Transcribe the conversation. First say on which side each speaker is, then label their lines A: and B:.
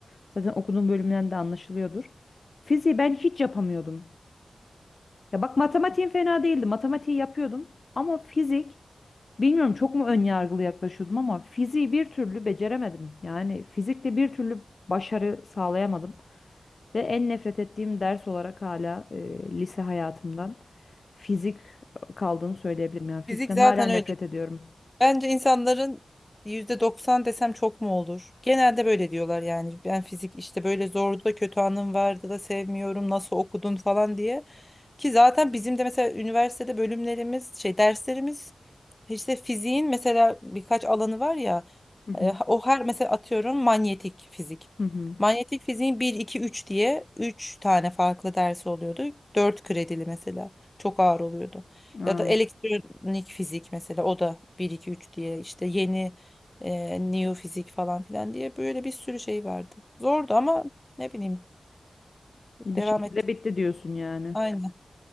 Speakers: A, on the left; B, on the left.
A: Zaten okuduğum bölümden de anlaşılıyordur. Fiziği ben hiç yapamıyordum. Ya bak matematiğim fena değildi. Matematiği yapıyordum. Ama fizik, bilmiyorum çok mu ön yargılı yaklaşıyordum ama fiziği bir türlü beceremedim. Yani fizikte bir türlü başarı sağlayamadım. Ve en nefret ettiğim ders olarak hala e, lise hayatımdan fizik kaldığını söyleyebilirim. Yani fizikten
B: Fizik zaten
A: hala nefret
B: öyle.
A: ediyorum.
B: Bence insanların %90 desem çok mu olur? Genelde böyle diyorlar yani. Ben fizik işte böyle zordu da kötü anım vardı da sevmiyorum. Nasıl okudun falan diye. Ki zaten bizim de mesela üniversitede bölümlerimiz, şey derslerimiz işte fiziğin mesela birkaç alanı var ya
A: Hı hı.
B: e, o her mesela atıyorum manyetik fizik.
A: Hı hı.
B: Manyetik fiziğin bir 2 3 diye 3 tane farklı dersi oluyordu. dört kredili mesela çok ağır oluyordu.
A: Aa,
B: Ya da elektronik fizik mesela o da bir 2 3 diye işte yeni e, neofizik falan filan diye böyle bir sürü şey vardı. Zordu ama ne bileyim
A: bir
B: devam
A: şekilde bitti diyorsun yani.
B: ettim.